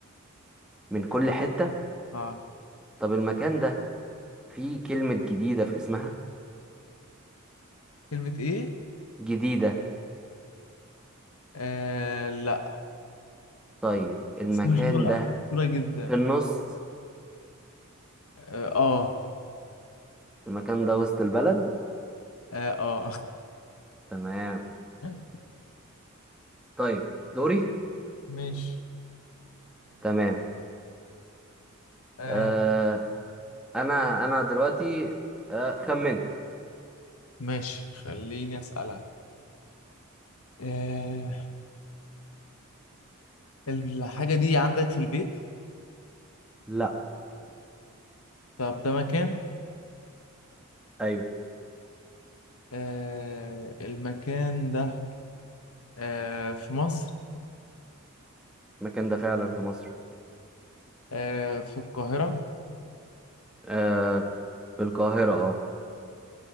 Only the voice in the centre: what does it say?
من كل حتة
طب المكان ده فيه كلمة جديدة في اسمها
جديدة
طيب المكان
ده
في النص
المكان ده وسط البلد
تمام
طيب دوري
تمام
آه أنا أنا دلوقتي آه خمنت
لا
ايوه
المكان ده فعلا في مصر
آه في القاهرة اه